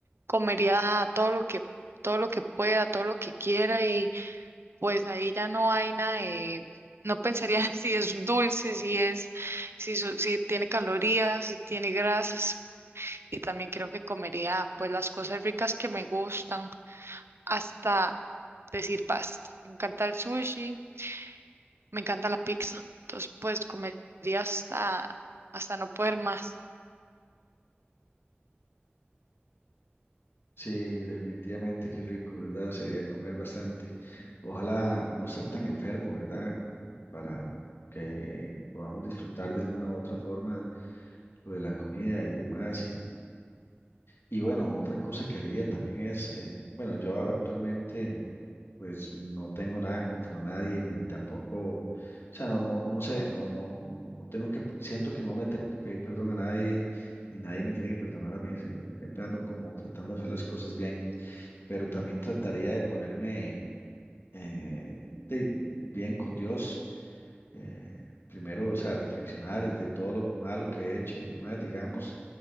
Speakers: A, on the right; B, on the left.
A: comería todo lo que, todo lo que pueda, todo lo que quiera Pues ahí ya no hay nada de, no pensaría <laughs> si es dulce, si es, si, su- si tiene calorías, si tiene grasas. Y también creo que comería pues las cosas ricas que me gustan hasta decir basta. Me encanta el sushi, me encanta la pizza. Entonces pues comería hasta, hasta no poder más.
B: Sí, definitivamente, qué rico, ¿verdad? Sería comer bastante. Ojalá no estar tan enfermo, ¿verdad? Para que podamos disfrutar de alguna u otra forma lo de la comida y demás. Y, y bueno, otra cosa que haría también es, eh, bueno, yo actualmente pues no tengo nada contra nadie, ni tampoco, o sea, no, no, no sé, no, no, no tengo que, pe- siento que no le tengo que pedir perdón a nadie, ni nadie me tiene que perdonar a mí, sí, siempre ando como tratando de hacer las cosas bien pero también trataría de ponerme eh, de- bien con Dios. eh, primero, o sea, reflexionar de todo lo malo que he hecho y demás, digamos,